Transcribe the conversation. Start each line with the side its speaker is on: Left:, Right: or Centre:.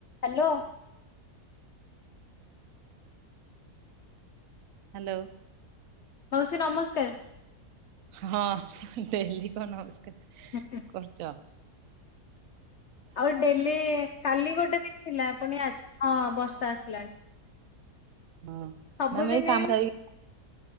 Left: Hello.
Right: Hello.
Left: ମାଉସି ନମସ୍କାର।
Right: ହଁ ଡେଲି କଣ ନମସ୍କାର।
Left: ହୁଁ ହୁଁ।
Right: କରୁଚ
Left: ଆଉ ଏ ଡେଲି କାଲି ଗୋଟେ ଦିନ୍ ଥିଲା ପୁଣି ଆଜି ହଁ ବର୍ଷା ଆସିଲାଣି।
Right: ହଁ
Left: ସବୁଦିନେ
Right: ନା ମୁଁ ଏଇ କାମ ସାରିକି